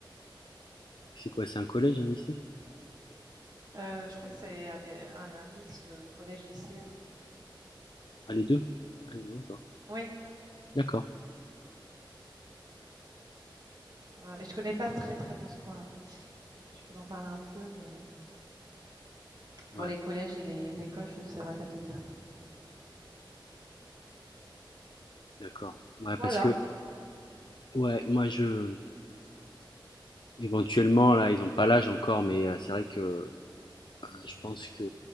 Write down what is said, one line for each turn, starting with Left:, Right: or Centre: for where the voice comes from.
Left: C'est quoi, c'est un collège, un lycée?
Right: Heu, je crois que c'est un é un un mixte, collège-lycée, ouais.
Left: Ah, les 2. Ah, d'accord.
Right: Oui,
Left: D'accord.
Right: ouais, je connais pas très, très bien ce coin-là. Je peux en parler un peu, mais pour
Left: Ouais,
Right: les collèges et les écoles, je ne saurais pas te dire.
Left: d'accord. Ouais,
Right: Voilà,
Left: parce que, ouais, moi, je. Éventuellement, là, ils n'ont pas l'âge encore, mais euh, c'est vrai que euh, je pense que